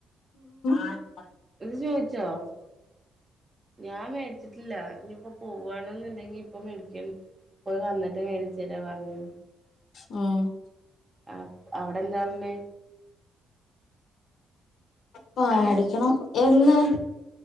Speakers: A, on the left (about 70°); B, on the right (about 25°).
A: ആൽ പാൽ
B: ളത് ചോദിച്ചോ?. ഞാൻ മേടിച്ചിട്ടില്ല. ഇനിയിപ്പ പോവണെന്നുണ്ടെങ്കി ഇപ്പ മേടിക്ക പോയി വന്നിട്ട് മേടിച്ച് തരാം. പറഞ്ഞു.
A: ഉം
B: ആ അവിടെ എന്താ പറഞ്ഞേ
A: പ
B: ഏ
A: അടിക്കണം എന്ന്